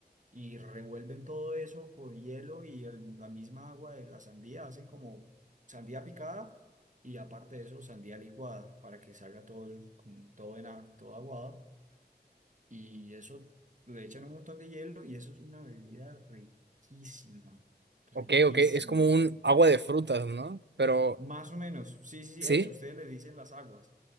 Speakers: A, on the right; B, on the right.
A: y revuelven todo eso con hielo y el- la misma agua de la sandía. Hacen como sandía picada y aparte de eso sandía licuada para que salga todo, el- como todo, en, a- todo aguado. Y eso le echan un montón de hielo y eso es una bebida riquísima, riquísima.
B: ok, ok, es como un agua de frutas, ¿no? Pero,
A: Más o menos, sí, sí, sí,
B: sí,
A: eso, ustedes le dicen las aguas.